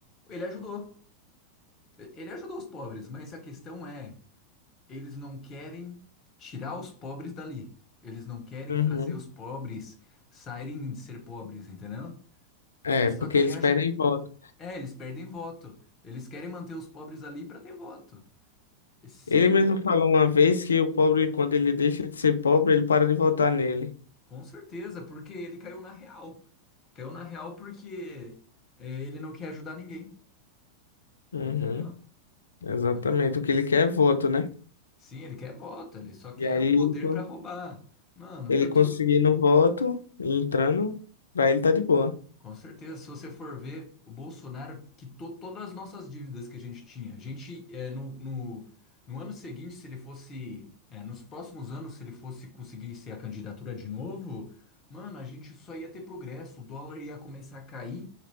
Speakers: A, on the left; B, on the left.
A: Ele ajudou. Ele ajudou os pobres, mas a questão é. Eles não querem tirar os pobres dali. Eles não querem
B: uhum.
A: fazer os pobres saírem de ser pobres, entendeu?
B: É,
A: Eles
B: porque
A: só querem
B: eles
A: ajudar.
B: perdem voto.
A: É, eles perdem voto. Eles querem manter os pobres ali para ter voto. Se,
B: Ele mesmo falou uma vez que o pobre, quando ele deixa de ser pobre, ele para de votar nele.
A: com certeza, porque ele caiu na real. Caiu na real porque é, ele não quer ajudar ninguém,
B: Uhum,
A: entendeu?
B: exatamente.
A: É.
B: O que ele quer é voto, né?
A: Sim, ele quer voto, ele só quer
B: E aí
A: o poder
B: ele, co-
A: para roubar. Mano,
B: ele
A: tanto.
B: conseguindo voto, entrando, pra ele tá de boa.
A: Com certeza, se você for ver, o Bolsonaro quitou todas as nossas dívidas que a gente tinha. A gente, é, no, no, no ano seguinte, se ele fosse, é, nos próximos anos, se ele fosse conseguir ser a candidatura de novo, mano, a gente só ia ter progresso, o dólar ia começar a cair,